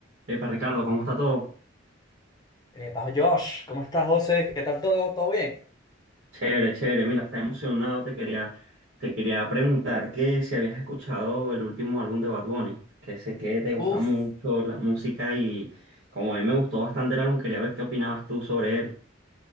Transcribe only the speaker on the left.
Epa, Josh, ¿cómo estás, José? ¿Qué tal todo? ¿Todo bien?
Uf,